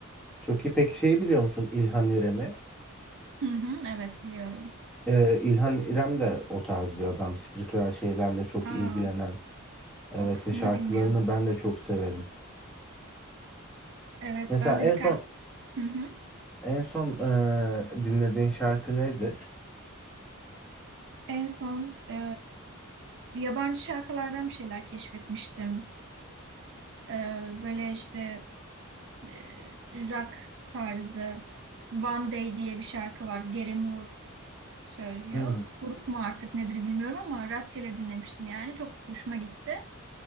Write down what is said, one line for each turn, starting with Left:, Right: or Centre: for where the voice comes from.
Centre: Çok iyi. Peki şeyi biliyor musun İlhan İrem'i?
Right: Hı hı, evet biliyorum.
Centre: Ee, İlhan İrem de o tarz bir adam. Spiritüel şeylerle çok
Right: Aa,
Centre: ilgilenen. Evet
Right: o kısmını
Centre: ve şarkılarını
Right: bilmiyordum.
Centre: ben de çok severim.
Right: Evet
Centre: Mesela
Right: ben de
Centre: en
Right: birkaç
Centre: son
Right: hı hı.
Centre: en son ee, dinlediğin şarkı nedir?
Right: En son e, yabancı şarkılardan bir şeyler keşfetmiştim. E, böyle işte e, rock tarzı One Day diye bir şarkı var. Gary Moore söylüyor.
Centre: Hmm.
Right: Grup mu artık nedir bilmiyorum ama rastgele dinlemiştim yani. Çok hoşuma gitti.